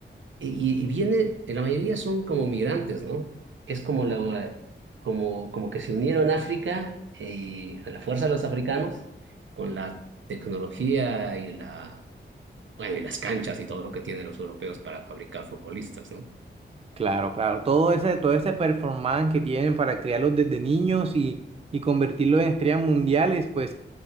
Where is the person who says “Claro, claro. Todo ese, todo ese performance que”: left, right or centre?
Right